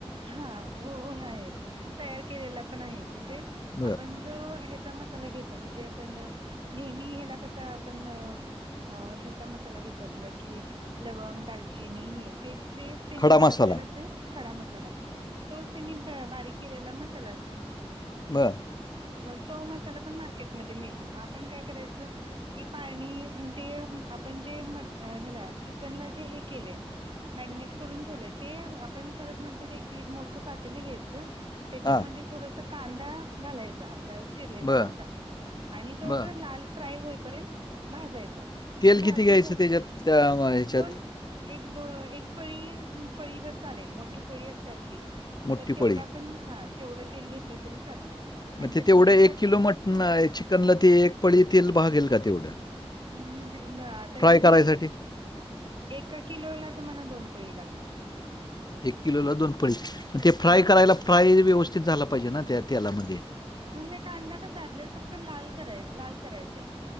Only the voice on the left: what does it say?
बरं.
खडा
मसाला.
बर.
हां.
बरं,
बरं.
तेल
किती घ्यायचं
त्याच्यात त्या वा ह्याच्यात.
मोठी
पळी?
मग ते
तेवढं एक
किलो मटन चिकनला ते एक पळी तेल भागेल का तेवढं.
फ्राय
करायसाठी
एक किलोला दोन फळी पण ते फ्राय
करायला फ्राय व्यवस्थित झाला पाहिजे ना त्या तेलामध्ये.